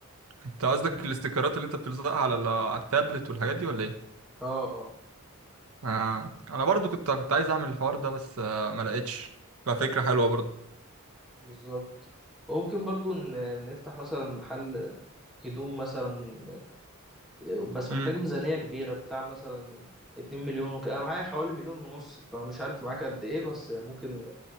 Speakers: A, on the right (about 85°); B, in the centre.
A: انت قصدك الاستيكرات اللي انت بتلزقها على ال- على التابلت والحاجات دي ولا ايه
B: اه اه
A: آه. انا برضو كنت كنت عايز اعمل الحوار ده بس آه ما لقيتش ففكرة حلوة برضو
B: بالظبط وممكن برضو ن... نفتح مثلا محل هدوم مثلا آه، بس محتاج
A: امم
B: ميزانية كبيرة بتاع مثلا اتنين مليون وك... انا معايا حوالي مليون ونص فمش عارف معاك قد ايه بس ممكن